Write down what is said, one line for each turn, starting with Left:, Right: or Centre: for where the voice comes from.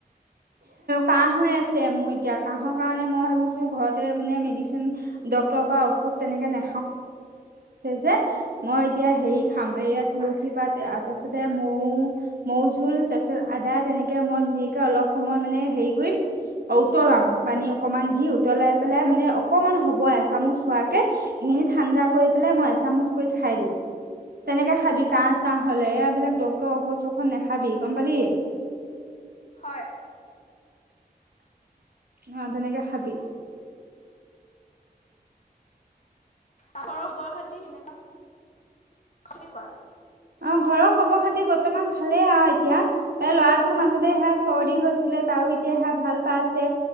Right: কাহ হৈ আছে মোৰ এতিয়া কাহৰ কাৰণে মই ভাবিছো ঘৰতে মানে মেডিচিন ডাক্তৰৰ পৰা ঔষধ তেনেকে নে যে মই এতিয়া হেৰি খাম এয়া তুলসী
Left: হয়।
Right: পাত আদা তে মৌ তাৰপিছত মৌ মৌ জোল তাৰপিছত আদা তেনেকে মই ধুনীয়াকে অলপ সময় মানে হেৰি কৰিম উতলাম পানী অকমান দি উতলাই পেলাই মানে অকমান হ'ব এচামুচ হোৱাকে। সেইখিনি ঠাণ্ডা কৰি পেলাই মই এচামুচ কৰি খাই দিম তেনেকে খাবি কাহ চাহ হলে এইবিলাক ডাক্তৰৰ ঔষধ চৈষধ নাখাবি, গম পালি?
Left: হয়।
Right: আহ তেনেকে খাবি।
Left: অহ বৰহাত কি তেনেকা কেনেকুৱা?
Right: অ ঘৰৰ খবৰ খাতি বৰ্তমান ভালেই আৰু এতিয়া এই ল'ৰাটোৰ মাজতে সে চৰ্দি হৈছিলে তাৰো এতিয়া সেয়াত ভাল পাইছে